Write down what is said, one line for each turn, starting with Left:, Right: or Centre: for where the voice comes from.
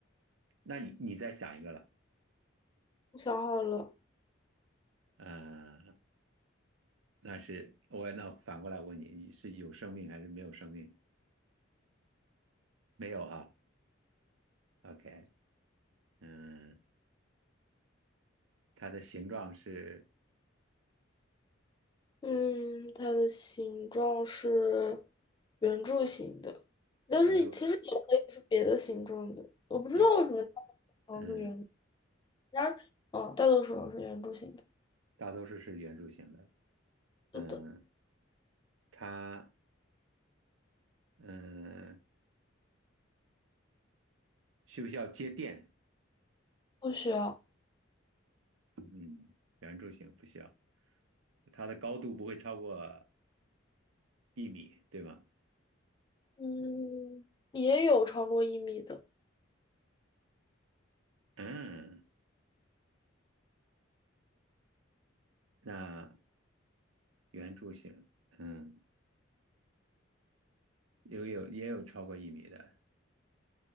Right: 那你你再想一个了。
Left: 我想好了，
Right: 呃那是我那反过来问你，你是有生命还是没有生命？没有哈，OK，嗯，它的形状是
Left: 嗯，它的形状是圆柱形的，但是其实也可以是别的形状的。
Right: 圆柱，
Left: 我不知道为什么大
Right: 也
Left: 多数是圆，
Right: 嗯，
Left: 然而，嗯，大多数是圆柱形的。
Right: 大多数是圆柱形的，嗯，
Left: 不的，
Right: 它嗯需不需要接电？
Left: 不需要。
Right: 嗯，圆柱形不需要，它的高度不会超过一米，对吗？
Left: 嗯，也有超过一米的，
Right: 嗯，那圆柱形，嗯，有有也有超过一米的，